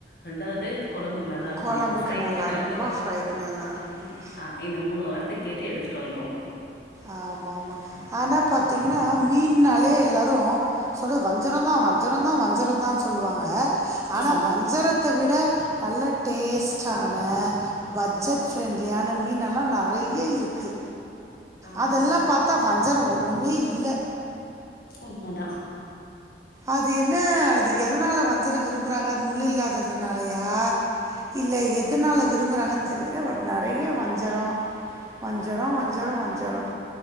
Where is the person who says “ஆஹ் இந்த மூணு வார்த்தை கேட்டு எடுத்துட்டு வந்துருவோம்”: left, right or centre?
Left